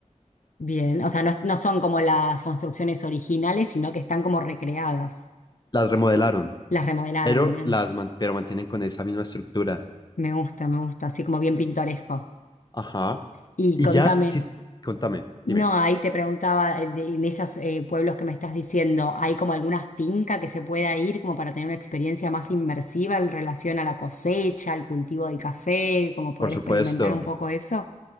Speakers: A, on the left; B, on the left.
A: Bien, o sea, no, es- no son como las construcciones originales, sino que están como recreadas.
B: Las remodelaron,
A: Las remodelaron,
B: pero
A: bien.
B: las man- pero mantienen con esa misma estructura.
A: Me gusta, me gusta, así como bien pintoresco.
B: Ajá.
A: Y
B: Y
A: contame,
B: ya, sí, contame,
A: no,
B: dime.
A: ahí te preguntaba, eh, de- en esos eh, pueblos que me estás diciendo, ¿hay como alguna finca que se pueda ir como para tener una experiencia más inmersiva en relación a la cosecha, al cultivo del café, como poder
B: Por supuesto.
A: experimentar un poco eso?